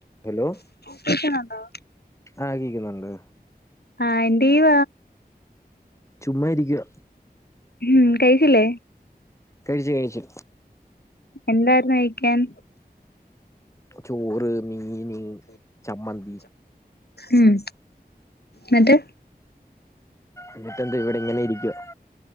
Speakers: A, on the left; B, on the left.
A: Hello
B: <unintelligible>
A: ആഹ് കേക്കിന്നുണ്ട്
B: ആഹ് എന്റീവ
A: ചുമ്മാ ഇരിക്കുക
B: ഉം കഴിച്ചില്ലേ
A: കഴിച്ചു കഴിച്ചു
B: എന്തായിരുന്നു കയിക്കാൻ
A: ചോറ് മീന് ചമ്മന്തി
B: ഉം നിട്ട്
A: എന്നിട്ട എന്ത ഇവിടെ ഇങ്ങനെ ഇരിക്കുവ